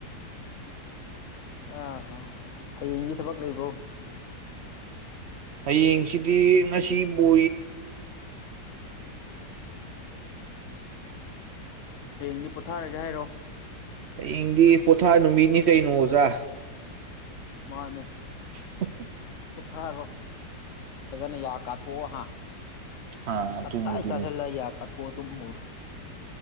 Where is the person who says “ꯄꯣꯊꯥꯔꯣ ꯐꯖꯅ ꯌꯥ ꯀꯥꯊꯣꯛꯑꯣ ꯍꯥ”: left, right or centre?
Left